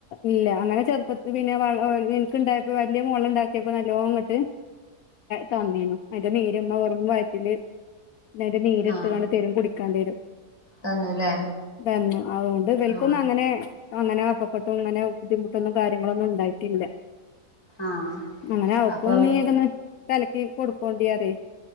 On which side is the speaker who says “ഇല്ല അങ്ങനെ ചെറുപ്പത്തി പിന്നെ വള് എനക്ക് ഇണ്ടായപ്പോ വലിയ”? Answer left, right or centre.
Left